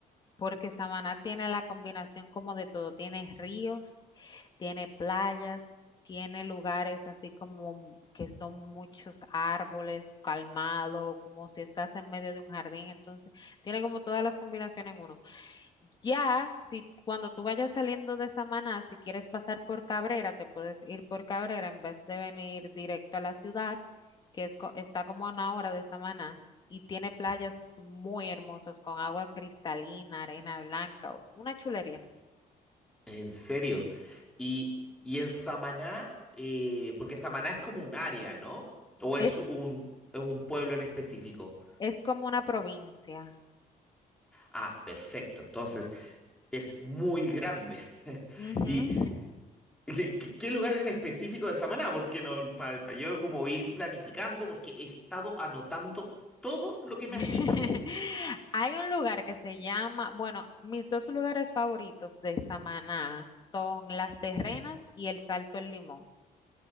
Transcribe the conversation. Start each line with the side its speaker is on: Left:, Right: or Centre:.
Left: porque Samaná tiene la combinación como de todo, tiene ríos, tiene playas, tiene lugares así como que son muchos árboles, calmado, como si estás en medio de un jardín, entonces tiene como todas las combinaciones en uno. Ya, si cuando tú vayas saliendo de Samaná, si quieres pasar por Cabrera, te puedes ir por Cabrera en vez de venir directo a la ciudad, que es, co- está como a una hora de Samaná y tiene playas muy hermosas con agua cristalina, arena blanca, o- una chulería.
Centre: En serio. Y, y en Samaná, eh, porque Samaná es como un área, ¿no? ¿O
Left: Es,
Centre: es un, es un pueblo en específico?
Left: es como una provincia.
Centre: Ah, perfecto. Entonces, es muy grande. <laughs>
Left: Ujú.
Centre: ¿Y qué, qué- qué lugar en específico de Samaná? Porque no, para, para yo como ir planificando, porque he estado anotando todo lo que
Left: <laughs>
Centre: me has dicho.
Left: Hay un lugar que se llama, bueno, mis dos lugares favoritos de Samaná son Las Terrenas y el Salto El Limón,